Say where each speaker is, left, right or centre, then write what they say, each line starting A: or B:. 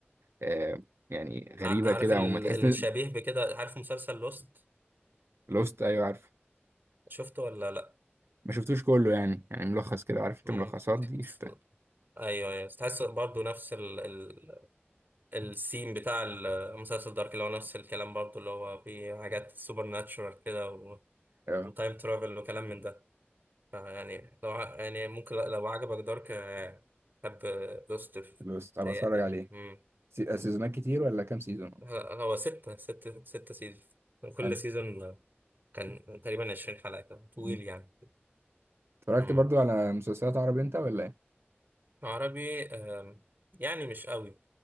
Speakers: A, on the right; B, on the right.
A: آه، يعني
B: ع-
A: غريبه
B: عارف
A: كده
B: ال...
A: او ما تحس ان
B: الشبيه بكده عارف مسلسل لوست
A: لوست ايوه عارف
B: شفته ولا لا؟
A: ما شفتوش كله يعني يعني ملخص كده عارف انت
B: مم.
A: الملخصات دي
B: س-
A: شفتها
B: ايوه ايوه تحس برضو نفس ال... ال... السيم بتاع المسلسل دارك اللي هو نفس الكلام برضو اللي هو في حاجات سوبر ناتشورال كده و...
A: اه
B: وتايم ترافل وكلام من ده فيعني لو ع- يعني ممكن لو عجبك دارك آه، حب لوستر
A: بس طب
B: تهيألي
A: اتفرج
B: يعني
A: عليه
B: مم.
A: سي- سيزونات كتير ولا كام سيزون
B: ه- هو ستة ستة ستة سيزون كل
A: حلو
B: سيزون كان تقريبا عشرين حلقة كان طويل
A: مم.
B: يعني
A: اتفرجت
B: مم.
A: برضو على مسلسلات عربي انت ولا ايه
B: عربي آم، يعني مش قوي